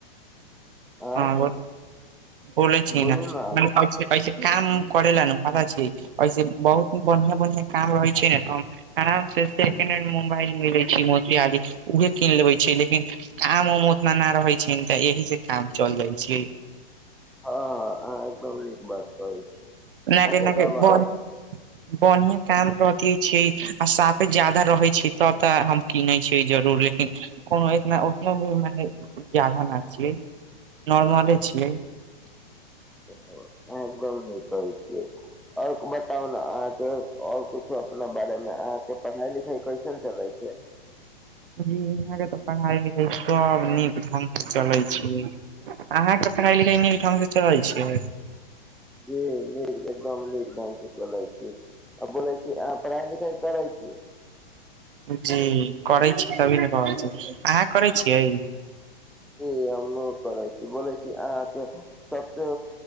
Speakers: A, on the right; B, in the centre.
A: <unintelligible>
B: आँय
A: बोलै छी ना
B: बोलू न
A: <unintelligible> ऐसे काम करे लै ना पता छी ऐसे बहुत बन्हिया-बन्हिया काम रहै छै ने तऽ हम <unintelligible> अराम से सेकेंड हैंड मुबाएल मिलै छी मोतिहारी उहे कीन लेबै छी लेकिन काम-उम उतना ना रहै छैन तऽ एहि से काम चल जाय छी।
B: हां-हां अहाँ एकदम नीक बात कहै छी।
A: ना
B: अच्छा
A: की ना
B: तऽ
A: की
B: आब
A: <unintelligible>
B: <inaudible>
A: बन्हिया काम रहतिये छियै आ साफे जादा रहै छै तब तऽ हम कीनै छियै जरूर लेकिन कोनो इतना उतना भी मने जादा ना छियै, नॉर्मले छियै।
B: ओ अहाँ एकदम नीक कहै छियै। और बताउ ना अहाँके और कुछो अपना बारे मे अहाँ के पढ़ाई-लिखाई कैसन चलै छै।
A: जी इहाँ के तऽ पढ़ाई-लिखाई सब नीक ढंग से चलै छै। अहाँ के पढ़ाई-लिखाई नीक ढंग से चलै छै।
B: जी नीक, एकदम नीक ढंग से चलै छी। आ बोलै छी अहाँ पढ़ाई-लिखाई करै छी?
A: जी करै छी तभी ने कहै छै, अहाँ करै छियै?
B: जी हमु करै छी बोलै छी अहाँ के सबसे,